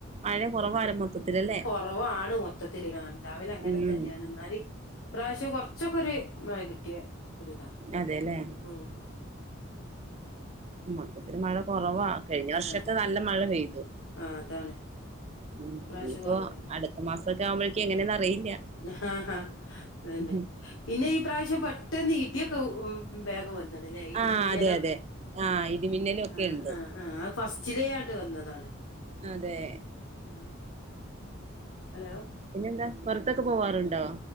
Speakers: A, on the right; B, on the left.
A: മഴ കുറവാരുന്നു മൊത്തത്തില് ല്ലെ?
B: ഓ കുറവാണ് മൊത്തത്തില് ആ ഉണ്ടാല്ല അങ്ങനെ
A: ഉം
B: തന്നെയാണ് ന്നാല് ഇപ്രാവശ്യം കൊറച്ചൊക്കെരു മഴ കിട്ടിയ- ഒരിതാ.
A: അതെല്ലേ,
B: ഉം ഉം.
A: മൊത്തത്തില് മഴ കൊറവാ. കഴിഞ്ഞ വർഷൊക്കെ
B: ആ
A: നല്ല മഴ പെയ്തു
B: ആ അതാണ്.
A: ഉം
B: ഇപ്രാവശ്യം
A: ഇനിയിപ്പൊ
B: കുറവന്നെ.
A: അടുത്ത മാസൊക്കെ ആവുമ്പോഴക്കും എങ്ങനെയാണെന്ന് അറിയില്ല.
B: ആഹ ഹാ അതന്നെ
A: ഉം
B: പിന്നെ ഈ പ്രാവശ്യം പെട്ടെന്ന് ഇടിയൊക്കെ ഉ വേഗം വന്നു. ല്ല ഐഡി
A: ആ
B: മിന്നലെക്കെ
A: അതെ അതെ ആ ഇടിമിന്നലും ഒക്കെ
B: ആ
A: ഉണ്ട്
B: ആ ആ ഫസ്റ്റ്റ്റിലേ ആണ്ട് വന്നതാണ്.
A: അതെ.
B: ആ. ഹലോ,
A: പിന്നെന്താ പൊറത്തൊക്കെ പോവാറുണ്ടോ?